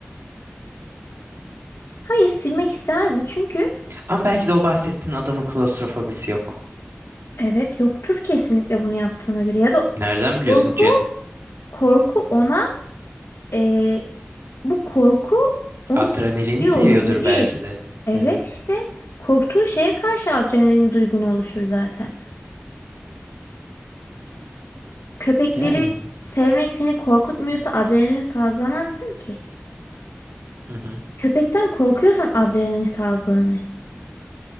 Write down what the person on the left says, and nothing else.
Hayır silmek istemezdim çünkü
evet yoktur kesinlikle bunu yaptığına göre ya da
korku korku ona e, bu korku onu
tetikliyor
olabilir.
Evet
işte korktuğun şeye karşı adrenalin duygun oluşur zaten. Köpekleri
sevmek seni korkutmuyorsa adrenalin salgılamazsın ki.
Köpekten korkuyorsan adrenalin salgılanır.